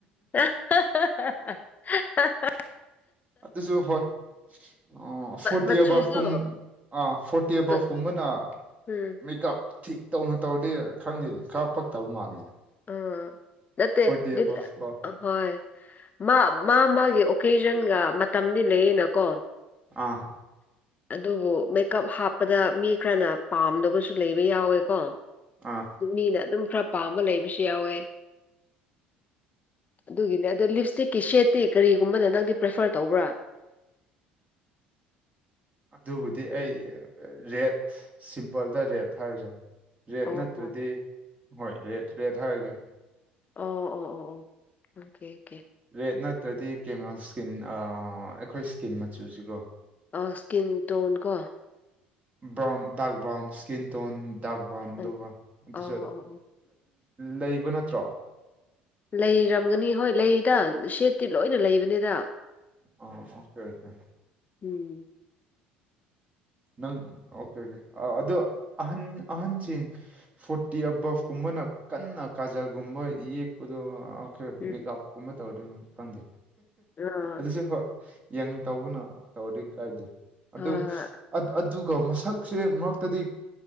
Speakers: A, on the left; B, on the right.
A: <inaudible>
B: ꯑꯗꯨꯁꯨ ꯍꯣꯏ ꯑꯣ ꯐꯣꯔꯇꯤ
A: ꯃꯆꯨꯗꯣ
B: ꯑꯦꯕꯞ ꯀꯨꯝ ꯑꯥ ꯐꯣꯔꯇꯤ ꯑꯦꯕꯞ
A: ꯃ-
B: ꯀꯨꯝꯕ ꯅ
A: ꯎꯝ
B: ꯃꯦꯀꯞ ꯊꯤꯛ ꯇꯧꯅ ꯇꯧꯔꯗꯤ ꯈꯪꯗꯦꯅꯦ ꯈꯔ ꯄꯛꯇꯕ ꯃꯥꯜꯂꯤꯅꯦ
A: ꯑꯥ ꯅꯠꯇꯦ
B: ꯐꯣꯔꯇꯤ
A: <inaudible>
B: ꯑꯕꯞ ꯀꯣ
A: ꯍꯣꯏ ꯃꯥ ꯃꯥ ꯃꯥꯒꯤ ꯑꯣꯀꯦꯖꯟꯒ ꯃꯇꯝꯗꯤ ꯂꯩꯌꯦꯅꯀꯣ
B: ꯑꯥ
A: ꯑꯗꯨꯕꯨ ꯃꯦꯀꯞ ꯍꯥꯞꯄꯗ ꯃꯤ ꯈꯔꯅ ꯄꯥꯝꯗꯕꯁꯨ ꯂꯩꯕ ꯌꯥꯎꯋꯦꯀꯣ
B: ꯑꯥ
A: ꯃꯤꯅ ꯑꯗꯨꯝ ꯈꯔ ꯄꯥꯝꯕ ꯂꯩꯕꯁꯨ ꯌꯥꯎꯋꯦ ꯑꯗꯨꯒꯤꯅꯦ ꯑꯗꯣ ꯂꯤꯞꯁꯇꯤꯛꯀꯤ ꯁꯦꯠꯇꯤ ꯀꯔꯤꯒꯨꯝꯕꯅ ꯅꯪꯗꯤ ꯄ꯭ꯔꯦꯐꯔ ꯇꯧꯕ꯭ꯔꯥ
B: ꯑꯗꯨꯕꯨꯗꯤ ꯑꯩ ꯔꯦꯠ ꯁꯤꯝꯄꯜꯗ ꯔꯦꯠ ꯊꯥꯔꯁꯦ ꯔꯦꯠ
A: ꯑꯣ
B: ꯅꯠꯇ꯭ꯔꯗꯤ
A: ꯍꯣ
B: ꯍꯣꯏ ꯔꯦꯠ ꯔꯦꯠ ꯍꯥꯏꯔꯒꯦ
A: ꯑꯣ ꯑꯣ ꯑꯣ ꯑꯣ ꯑꯣꯀꯦ ꯑꯣꯀꯦ
B: ꯔꯦꯠ ꯅꯠꯇ꯭ꯔꯗꯤ ꯀꯦꯃꯦꯜ ꯁ꯭ꯀꯤꯟ ꯑꯩꯈꯣꯏ ꯁ꯭ꯀꯤꯟ ꯃꯆꯨꯁꯤꯒꯣ
A: ꯏꯁꯀꯤꯟ ꯇꯣꯟ ꯀꯣ
B: brown dark brown skin tone dark brown ꯑꯗꯨꯒ
A: ꯎꯝ
B: ꯑꯗꯨꯁꯨ
A: ꯑꯣ ꯑꯣ ꯑꯣ
B: ꯂꯩꯕ ꯅꯠꯇ꯭ꯔꯣ
A: ꯂꯩꯔꯝꯒꯅꯤ ꯍꯣꯏ ꯂꯩꯗ ꯁꯦꯠꯇꯤ ꯂꯣꯏꯅ ꯂꯩꯕꯅꯤꯗ
B: ꯑ ꯑꯣꯀꯦ ꯑꯣꯀꯦ
A: ꯎꯝ
B: ꯅꯪ ꯑꯣꯀꯦ ꯑꯣꯀꯦ ꯑꯗꯣ ꯑꯍꯟ ꯑꯍꯟꯁꯤꯡ ꯐꯣꯔꯇꯤ ꯑꯕꯞꯀꯨꯝꯕꯅ ꯀꯟꯅ ꯀꯥꯖꯜꯒꯨꯝꯕ ꯌꯦꯛꯄꯗꯣ ꯈꯔ
A: ꯎꯝ
B: ꯃꯦꯀꯞꯀꯨꯝꯕ ꯇꯧꯔꯗꯤ ꯈꯪꯗꯦ
A: ꯑꯥ
B: ꯑꯗꯨꯁꯨ ꯍꯣꯏ ꯌꯪ ꯇꯧꯕꯅ ꯇꯧꯔꯗꯤ ꯀꯥꯏꯗꯦ ꯑꯗꯨ
A: ꯍꯣꯏ ꯍꯣꯏ
B: ꯑꯗꯨꯒ ꯃꯁꯛꯁꯦ ꯃꯔꯛꯇꯗꯤ